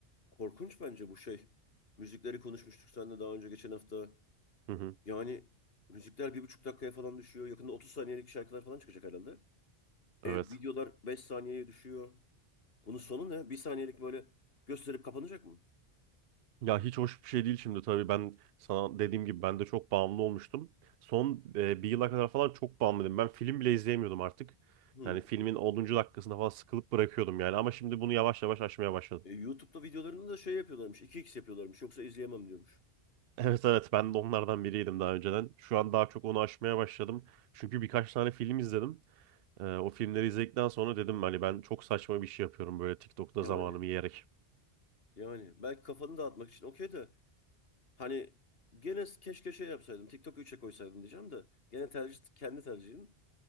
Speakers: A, on the left; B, on the right.
A: korkunç bence bu şey. Müzikleri konuşmuştuk seninle daha önce geçen hafta.
B: Hı hı.
A: Yani müzikler bir buçuk dakikaya falan düşüyor. Yakında 30 saniyelik şarkılar falan çıkacak herhalde.
B: Evet.
A: E, videolar 5 saniyeye düşüyor. Bunun sonu ne? Bir saniyelik böyle gösterip kapanacak mı?
B: Ya hiç hoş bir şey değil şimdi tabii ben sana dediğim gibi ben de çok bağımlı olmuştum. Son e, bir yıla kadar falan çok bağımlıydım. Ben film bile izleyemiyordum artık.
A: Hmm.
B: Yani filmin onuncu dakikasında falan sıkılıp bırakıyordum yani ama şimdi bunu yavaş yavaş aşmaya başladım.
A: E, YouTube'da videolarını da şey yapıyorlarmış. iki x yapıyorlarmış. Yoksa izleyemem diyormuş.
B: Evet evet ben de onlardan biriydim daha önceden. Şu an daha çok onu aşmaya başladım. Çünkü birkaç tane film izledim. Ee, o filmleri izledikten sonra dedim hani ben çok saçma bir şey yapıyorum böyle TikTok'ta
A: Yani.
B: zamanımı yiyerek.
A: Yani. Belki kafanı dağıtmak için okey de. Hani gene keşke şey yapsaydın. TikTok 3'e koysaydın diyeceğim de. Gene tercih kendi tercihin.